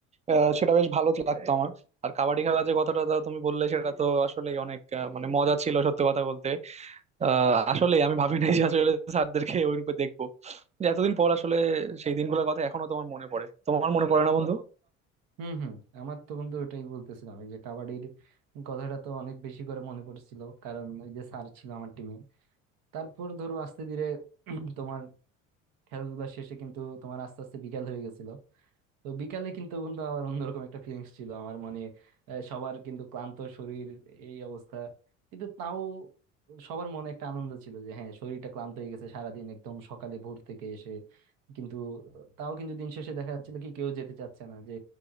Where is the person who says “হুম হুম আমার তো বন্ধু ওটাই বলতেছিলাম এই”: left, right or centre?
Right